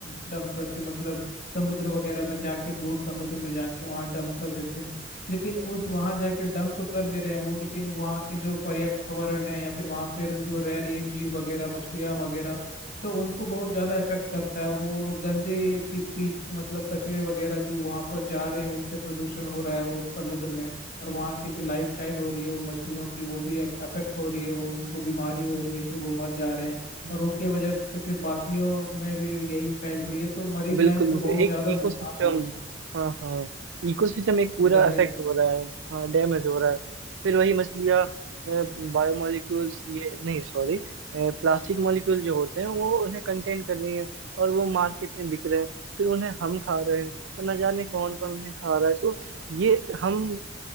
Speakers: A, on the left; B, on the right.
A: डंप करते हैं मतलब समुद्र वगैरह में जाके दूर समुद्र में जाके वहाँ डंप कर देते हैं लेकिन उस वहाँ जाके डंप तो कर दे रहे हैं वो लेकिन वहाँ के जो पर्यावरण है या फिर वहाँ पर जो रह रही है जीव वगैरह मछलियाँ वगैरह तो उनको बहुत ज्यादा इफेक्ट करता है वो गंदे की कीच मतलब कचरे वगैरह जो वहाँ पर जा रहे हैं उससे प्रदूषण हो रहा है वो समुद्र में और वहाँ की जो लाइफ स्टाइल हो रही है वो मछलियों की वो भी अफेक्ट हो रही है वो उनको बीमारी हो रही है फिर वो मर जा रहे हैं
B: हम्म।
A: और उनके वजह से फिर बाकियों में भी यही फैल रही है तो मरीन
B: बिल्कुल
A: लाइफ को
B: बिल्कुल
A: बहुत
B: एक
A: ज़्यादा नुकसान
B: इकोसिस्टम
A: हो रहा
B: हाँ हाँ इकोसिस्टम एक पूरा
A: है डैमेज
B: अफेक्ट हो रहा है हाँ डैमेज हो रहा है फिर वही मछलियाँ बायोमोलिक्यूल्स ये नहीं सॉरी प्लास्टिक मॉलिक्यूल जो होते हैं वो उन्हें कंटेन कर रही हैं और वो मार्केट में बिक रहे हैं फिर उन्हें हम खा रहे हैं और न जाने कौन कौन उन्हें खा रहा है तो ये हम